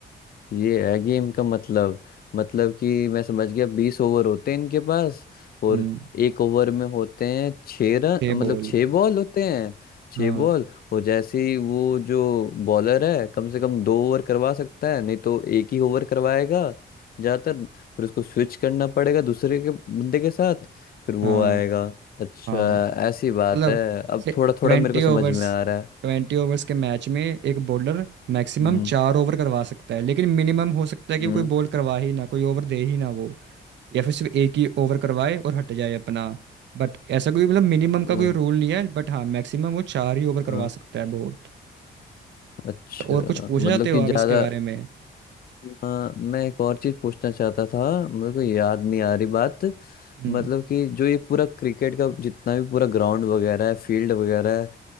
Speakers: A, on the left; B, on the right.
A: ये है गेम का मतलब मतलब कि मैं समझ गया बीस ओवर होते हैं इनके पास और
B: हम्म
A: एक ओवर में होते हैं छः रन
B: छः
A: मतलब
B: बॉल
A: छः बॉल होते हैं छः
B: हाँ
A: बॉल और जैसे ही वो जो बॉलर है कम से कम दो ओवर करवा सकता है नहीं तो एक ही ओवर करवाएगा ज्यादातर फिर उसको स्विच करना पड़ेगा दूसरे के बंदे के साथ फिर वो
B: हाँ
A: आएगा अच्छा
B: हाँ
A: ऐसी बात
B: मतलब
A: है अब थोड़ा
B: ट्वेंटी
A: थोड़ा मेरे को समझ
B: ओवर्स
A: में आ रहा है
B: ट्वेंटी ओवर्स के मैच में एक बॉलर मैक्सिमम
A: हम्म
B: चार ओवर करवा सकता है लेकिन मिनिमम हो सकता है कि
A: हम्म
B: कोई बॉल करवा ही ना कोई ओवर दे ही ना वो या फिर सिर्फ एक ही ओवर करवाए और हट जाए अपना बट ऐसा कोई मतलब मिनिमम का
A: हम्म
B: कोई रूल नहीं है बट हाँ मैक्सिमम वो चार ही ओवर करवा
A: हाँ
B: सकता है बॉल
A: अच्छा
B: और कुछ पूछना
A: मतलब
B: चाहते हो
A: कि
B: आप
A: ज्यादा
B: इसके बारे में
A: हाँ, मैं एक और चीज पूछना चाहता था मेरे को याद नहीं आ रही बात
B: हम्म
A: मतलब कि जो ये पूरा क्रिकेट का जितना भी पूरा ग्राउंड वगैरह है फील्ड वगैरह है